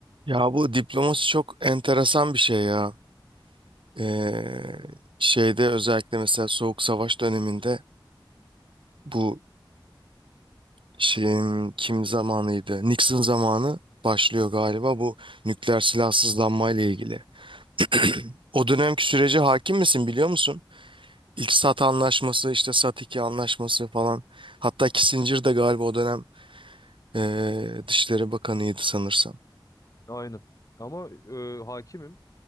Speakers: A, on the right; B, on the left.
A: Ya bu diplomasi çok enteresan bir şey ya. Ee, şeyde özellikle mesela Soğuk Savaş döneminde bu şeyin kim zamanıydı? Nixon zamanı başlıyor galiba bu nükleer silahsızlanma ile ilgili. <clears throat> O dönemki sürece hakim misin biliyor musun? İlk SALT anlaşması işte SALT 2 anlaşması falan. Hatta Kissinger de galiba o dönem ee, Dışişleri Bakanıydı sanırsam.
B: Aynen. Ama e, hakimim.